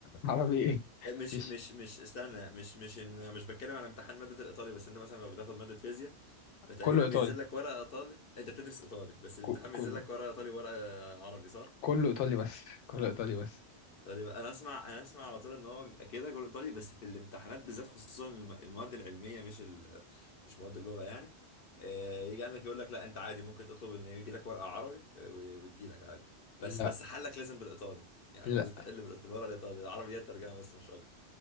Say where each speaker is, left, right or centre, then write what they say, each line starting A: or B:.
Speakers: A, on the left (about 80°); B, on the left (about 60°).
A: <laughs> عربي ايه
B: آه، مش
A: مفيش
B: مش مش استنى مش مش مش بتكلم على امتحان مادة الإيطالي بس أنت مثلا لو بتاخد مادة فيزياء فتقريبا
A: كله ايطالي
B: بينزل لك ورقه ايطالي انت بتدرس ايطالي بس الامتحان
A: ك-
B: بينزل
A: كله
B: لك ورقه ايطالي ورقه عربي صح
A: كله ايطالي بس <laughs> كله ايطالي بس
B: تقريبا انا اسمع انا اسمع على طول ان هو بيبقى كده كله ايطالي بس في الامتحانات بالذات خصوصا الم- المواد العلميه مش ال... مش مواد اللغه يعني آه، يجي عندك يقول لك لا انت عادي ممكن تطلب ان يجي لك ورقه عربي وتجي لك عادي
A: لا
B: بس بس حلك لازم بالايطالي يعني
A: لا
B: لازم تحل بال- في الورقه الايطالي العربي هي الترجمه بس مش اكتر